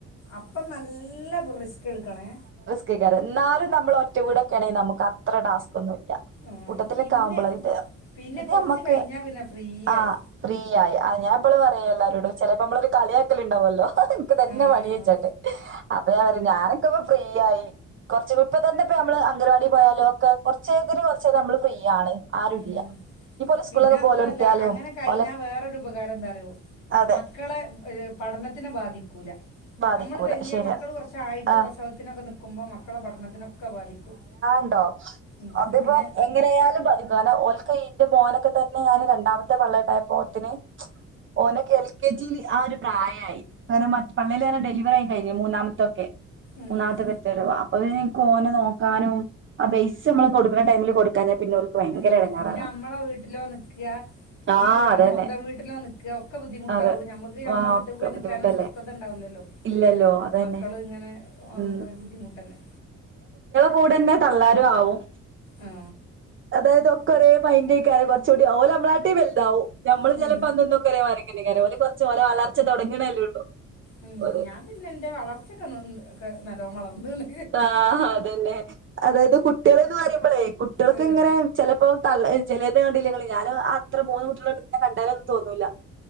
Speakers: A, on the left; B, on the right.
A: അപ്പൊ നല്ല റിസ്ക് എടുക്കണേ.
B: ക്കെക്കാരം എന്നാലും നമ്മൾ ഒറ്റ വീടൊക്കെ ആണെങ്കി നമുക്ക് അത്ര ടാസ്കന്നു.
A: ആഹ്
B: കൂട്ടത്തിലൊക്കെ
A: പിന്നെ
B: ആകുമ്പോള ഇത്
A: പിന്നെ
B: ഇത്
A: കൊറച്ച്
B: അമ്മക്ക്
A: കഴിഞ്ഞാ പിന്നെ ഫ്രീ
B: ആ
A: ആയി
B: ഫ്രീ ആയ. ആ ഞൻ ഇപ്പള് പറയാ എല്ലാരോടും ചിലപ്പോ നമ്മളൊ ഒരു കളിയാക്കലിണ്ടാവല്ലോ നക്ക് ഇതന്നെ
A: ആഹ്
B: പണി ചോയിച്ചട്ട അപ്പൊ ഞാ പറ ഞാനൊക്കെ ഇപ്പ ഫ്രീ ആയി. കുറച്ച ഇപ്പ തന്നെപ്പ നമ്മള് അംഗൻവാടി പോയാലും ഒക്കെ. കുറച്ചതിന് കൊറച്ച നമ്മള് ഫ്രീയാണ് ആരുല്ല.
A: ഉം
B: ഇനിയിപ്പോ ഓല് സ്കൂളിലൊക്കെ
A: പിന്നെ അതും
B: പോവലൊടത്തിയാലും
A: അല്ല അങ്ങനെ കഴിഞ്ഞാ
B: ഓലെ
A: വേറൊരു ഉപകാരം എന്താറോ
B: അതെ
A: മക്കളെ ഒര് പഠനത്തിനെ ബാധിക്കൂല.
B: ബാധിക്കൂല
A: നമ്മള് വലിയ,
B: ശരിയാണ്
A: മക്കള് കുറച്ചായിട്ട്
B: ആഹ്
A: പ്രസവത്തിനൊക്കെ നൽക്കുമ്പോൾ മക്കളെ പഠനത്തിനൊക്കെ ബാധിക്കും.
B: ണ്ടോ
A: ഉം
B: അതിപ്പോ
A: പിന്നെ
B: എങ്ങനായാലുംബാധിക്കും കാരണം ഓല് ഇന്റെ മോനൊക്കെ തന്നെ ഞാന് രണ്ടാമത്തെ പള്ളീൽ ഇണ്ടായപ്പോ, തിന് ഓനക്ക എൽ കെ ജിൽ ആ ഒരു പ്രായമായി കാരണം മറ്റ് പള്ളിൽ തന്നെ ഡെലിവർ ആയി കഴിഞ്ഞു മൂന്നാമത്തൊക്കെ
A: ഉം
B: മൂന്നാമത്തെ <unintelligible> അക്ക് നെ നോക്കാനും ആ പൈസ് നമ്മള് കൊടുക്കുന്ന ടൈമില് കൊടുക്കാന പിന്നെ ഭയങ്കര
A: ഉ
B: എടങ്ങേറാണ്
A: പിന്നെ നമ്മളെ വീട്ടിലോ നിക്കുക
B: ആ
A: ഈ
B: അതന്നെ
A: സ്വന്തം വീട്ടിലോ നിക്കുക ഒക്കെ ബുദ്ധിമുട്ടാവും
B: അതെ
A: നമ്മുക്ക് മ്മളെ
B: ആ
A: വീട്ടിൽ
B: ഒക്കെ
A: പോയി
B: ബുദ്ധിമുട്ടല്ലേ
A: നൽക്കാനും സ്വസ്ഥത ഉണ്ടാവും. ണ്ടാവുല്ലല്ലോ
B: ഇല്ലല്ലോ അതന്നെ
A: മക്കൾ ഇങ്ങനെ ആവുമ്പോ
B: ഉം
A: ഒരു ബുദ്ധിമുട്ടന്നെ.
B: കൂടെ ന്നെ തള്ളാരും ആവും.
A: ആ
B: അതായത്, കുറെേ മൈൻഡ് ഏക്കാരം കുറച്ചൂടി ഓര് നമ്മളാട്ടി വല്തവും. പോലെ
A: ഉം
B: കുറച്ച് ഒരേ വളർച്ച തുടങ്ങണേല്ലേ ഉള്ളൂ.
A: ഉം
B: ഓല്
A: ഞാൻ പിന്നെ എന്റെ വളർച്ചയൊക്കെ <unintelligible> നല്ലോം വളർ <inaudible>
B: ആഹാ അതന്നെ അതായത് കുട്ടികൾന്ന് പറയുമ്പോളേ കുട്ടികൾക്ക്
A: ഏഹ്
B: ഇങ്ങനെ ചിലപ്പോ തള്ള ചിലതെ കണ്ടില്ലെങ്കെ ഞാൻ ആ അത്ര മൂന്ന് കുട്ടികോ പിന്നെ കണ്ടാലൊന്നും തോന്നൂില്ല.